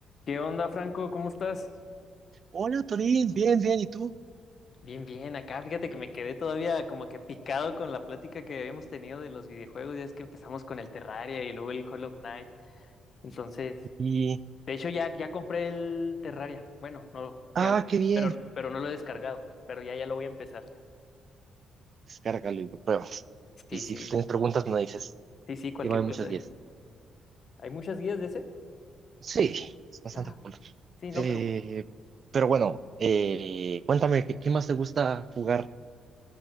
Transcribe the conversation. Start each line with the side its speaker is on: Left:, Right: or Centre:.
Left: ¿Qué onda, Franco? ¿Cómo estás?
Right: Hola, Torín, bien, bien, ¿y tú?
Left: Bien, bien, acá fíjate que me quedé todavía como que picado con la plática que habíamos tenido de los videojuegos, ya es que empezamos con el Terraria y luego el Hollow Knight. Entonces,
Right: Y,
Left: de hecho ya, ya compré el Terraria. Bueno, no,
Right: ah,
Left: ya,
Right: qué bien.
Left: pero, pero no lo he descargado, pero ya, ya lo voy a empezar.
Right: Descárgalo y lo pruebas.
Left: Sí,
Right: Y si
Left: sí,
Right: tienes preguntas, me dices.
Left: sí, sí, cualquier
Right: Y hay
Left: cosa.
Right: muchos 10.
Left: ¿Hay muchas guías de ese?
Right: Sí, es bastante
Left: Ah,
Right: cool.
Left: sí, no,
Right: Eh,
Left: pero cu-
Right: pero bueno, eh, cuéntame, ¿qué, qué más te gusta jugar?